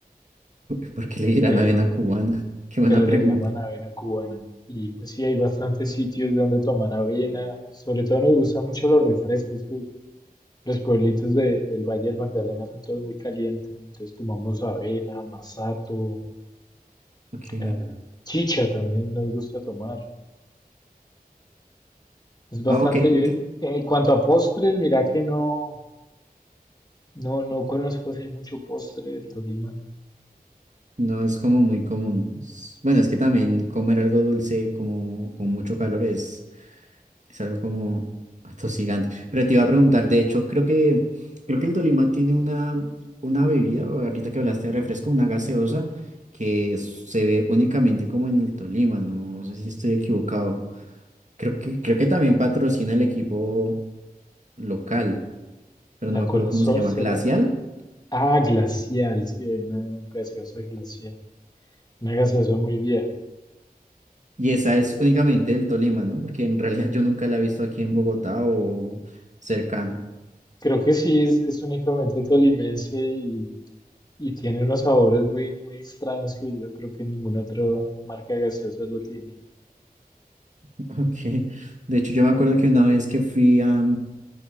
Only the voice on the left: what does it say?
Pero
pero
les llaman avena cubana. Y pues sí, hay bastantes sitios donde tomar avena. Sobre todo nos gustan mucho los refrescos, que los pueblitos de- del Valle del Magdalena son todos muy calientes. Entonces tomamos avena, masato,
eh, chicha también nos gusta tomar. Es bastante...
En cuanto a postres, mira que no, no, no conozco así mucho postre del Tolima.
La
Colasol
será.
Ah, glacial, sí, hay una gaseosa glacial. Una gaseosa muy vieja.
Creo que sí, es, es únicamente tolimense y, y tiene unos sabores muy, muy extraños que yo creo que ninguna otra marca de gaseosas lo tiene.